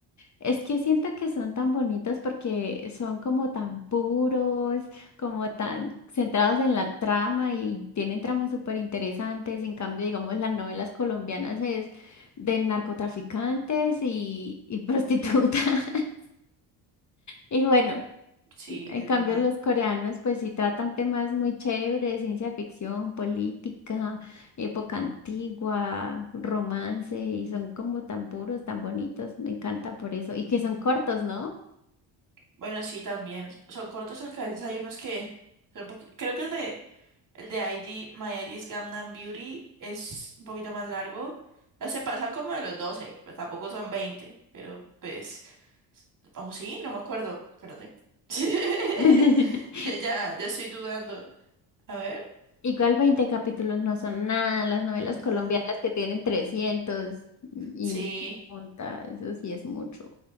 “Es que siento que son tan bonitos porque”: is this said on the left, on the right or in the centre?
Left